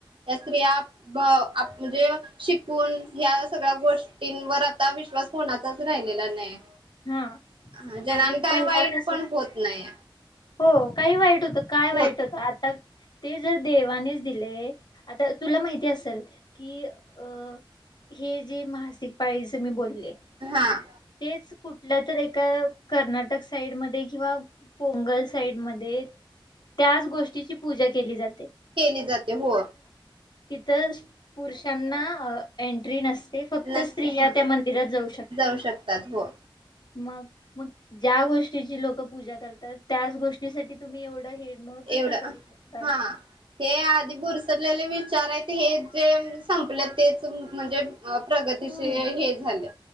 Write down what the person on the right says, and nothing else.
या स्त्रिया म्हणजे शिकून या् सगळ्या गोष्टींवर आता विश्वास कोणाचाच राहिलेला नाही.
ह जण
काय
वाईट
पण होत नाही.
होत
हा
केली जाते हो
नक्ते
हा
जाऊ शकतात हो
एवढं
हा हे आधी बुरसटलेले विचार आहेत हे जे संपले तेच म्हणजे अ प्रगतीचे
हे झाले